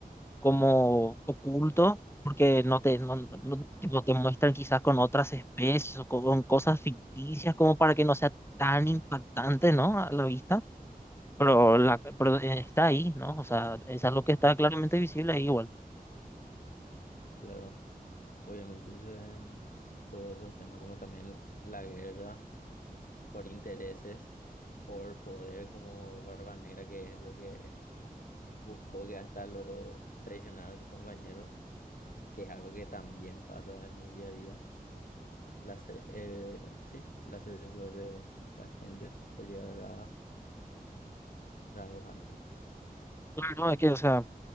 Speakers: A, on the left; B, on the left.
A: como oculto, porque no te, no, no- no- tipo, te muestran quizás con otras especies o con cosas ficticias como para que no sea tan impactante, ¿no? A la vista, pero, la, pero eh, está ahí, ¿no? O sea, es algo que está claramente visible ahí igual.
B: Claro, obviamente se ven todos esos temas como también la guerra por intereses, por poder como Barba Negra, que es lo que buscó que hasta logró traicionar a sus compañeros, que es algo que también pasa en el día a día. La, se- eh, sí, la sed de poder de la gente por llegar a rangos altos.
A: Claro, es que, o sea,